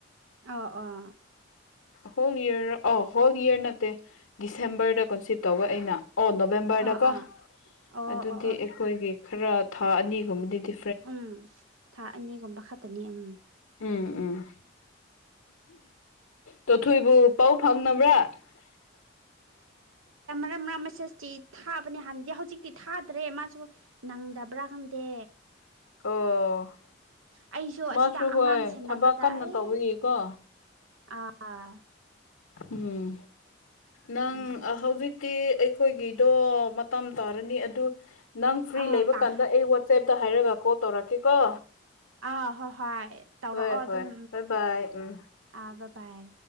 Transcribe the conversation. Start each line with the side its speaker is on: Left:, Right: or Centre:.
Right: ꯑ ꯑꯣ
Left: ꯍꯣꯜ ꯌꯔ ꯑ ꯍꯣꯜ ꯌꯔ ꯅꯠꯇꯦ ꯗꯤꯁꯦꯝꯕꯔꯗ ꯀꯟꯁꯤꯞ ꯇꯧꯕ ꯑꯩꯅ ꯑꯣ ꯅꯣꯕꯦꯝꯕꯔꯗꯀꯣ
Right: ꯑꯥ ꯑꯥ ꯑꯣ
Left: ꯑꯗꯨꯗꯤ
Right: ꯑꯣ ꯑꯣ
Left: ꯑꯩꯈꯣꯏꯒꯤ ꯈꯔ ꯊꯥ ꯑꯅꯤꯒꯨꯝꯕꯗꯗꯤ
Right: ꯎꯝ ꯊꯥ ꯑꯅꯤꯒꯨꯝꯕ ꯈꯛꯇꯅꯤ ꯎꯝ
Left: ꯎꯝ ꯎꯝ ꯆꯣꯊꯣꯏꯕꯨ ꯄꯥꯎ ꯐꯪꯅꯕ꯭ꯔꯥ <unintelligible>
Right: ꯝ ꯔꯥꯁꯁꯇꯤ ꯊꯥꯕꯅꯦ ꯍꯥꯟꯅꯗꯤ ꯍꯧꯖꯤꯛꯇꯤ ꯊꯥꯗ꯭ꯔꯦ ꯃꯥꯁꯨ ꯅꯪꯗꯕ꯭ꯔꯥ ꯈꯪꯗꯦ
Left: ꯑꯣ
Right: ꯑꯩꯁꯨ
Left: ꯃꯥꯁꯨ
Right: ꯑꯁꯤꯗ ꯑꯉꯥꯡ
Left: ꯍꯣꯏ
Right: ꯁꯦꯟꯅꯕꯗ
Left: ꯊꯕꯛ ꯀꯟꯅ
Right: ꯑꯩ
Left: ꯇꯧꯕꯒꯤꯀꯣ
Right: ꯑꯥ
Left: ꯎꯝ ꯅꯪ
Right: ꯎꯝ
Left: ꯍꯧꯖꯤꯛ ꯒꯤ ꯑꯩꯈꯣꯏꯒꯤꯗꯣ ꯃꯇꯝ ꯇꯥꯔꯅꯤ ꯑꯗꯨ ꯅꯪ ꯐ꯭ꯔꯤ
Right: ꯑꯥ
Left: ꯂꯩꯕ
Right: ꯇꯥꯈ꯭ꯔꯦ
Left: ꯀꯥꯟꯗ ꯑꯩ ꯋꯥ ꯁꯦꯞꯇ ꯍꯥꯏꯔꯒ ꯀꯣꯜ ꯇꯧꯔꯛꯀꯦꯀꯣ
Right: ꯑ ꯍꯍꯥꯏ ꯇꯧꯔꯛꯑꯣ
Left: ꯍꯣꯏ
Right: ꯑꯗꯨꯝ
Left: ꯍꯣꯏ ꯕꯥꯏ ꯕꯥꯏ ꯎꯝ
Right: ꯎꯝ ꯄꯥꯏ